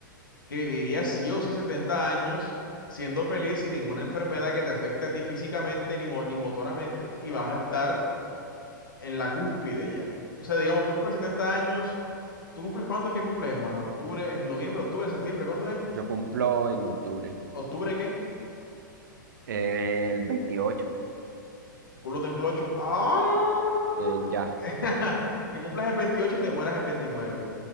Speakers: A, on the left (about 80°); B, on the right (about 70°).
A: que vivirías si o sí 70 años siendo feliz sin ninguna enfermedad que te afecte a ti físicamente ni, mo- ni motoramente y vas a estar en la cúspide ya. O sea, digamos, tú cumples 70 años, ¿tú cumples cuándo es que cumples, hermano? ¿En octubre, en noviembre, octubre, septiembre? ¿Cuándo es?
B: Yo cumplo en octubre,
A: ¿Octubre qué?
B: eh, el 28.
A: El culo te enclocho. Ah, no, no, no, no,
B: Eh,
A: no, no.
B: ya,
A: <laughs> Que cumplas el 28 y te mueras el veintinueve